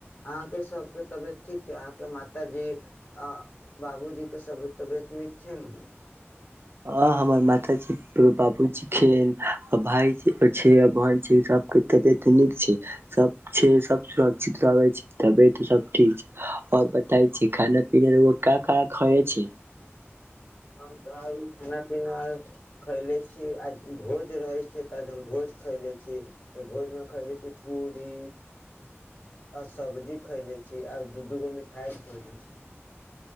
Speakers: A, on the left; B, on the right.
A: अहाँके सभके तबियत ठीक छै अहाँके माताजी आ बाबूजीके तबियत नीक छै। ने
B: ह हमर माताजी बाबूजी के भाय छै, बहन छै, सबके तबियत नीक छै, सब छै, सब सुरक्षित रहे छै तबियत सब ठीक छै। ओर बताइ खान पीना रौउआ का का खइले छी।
A: हम तऽब खाना पीना खैले छी, आज भोज रहै छै। तऽ आज हम भोज खैले छी, तऽ भोजमे खैले छी, पूरी आ सब्जी खैले छी, आ दू दूगो मिठाइ खेले छी।